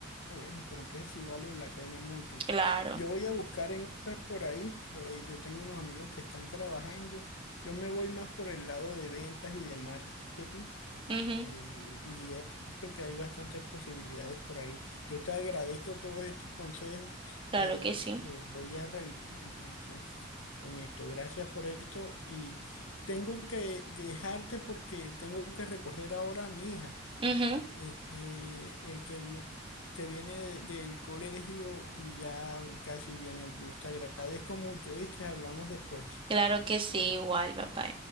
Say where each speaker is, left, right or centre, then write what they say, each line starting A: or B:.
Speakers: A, on the left; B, on the right.
A: Bueno, pero entonces sí vale la pena mucho.
B: Claro.
A: Yo voy a buscar en otras por ahí. voy- yo tengo unos amigos que están trabajando. Yo me voy más por el lado de ventas y de marketing.
B: Ujú,
A: eh, y he visto que hay bastantes posibilidades por ahí. Yo te agradezco todos estos consejos.
B: Claro
A: eh,
B: que sí.
A: eh, voy a revisar entonces con esto. Gracias por esto. Y tengo que dejarte porque tengo que recoger ahora a mi hija
B: Ujú,
A: eh, eh, eh, que, vi- que viene de- del colegio y ya casi viene el bus. Te agradezco mucho, ¿viste? Hablamos después.
B: Claro que sí, igual, papá.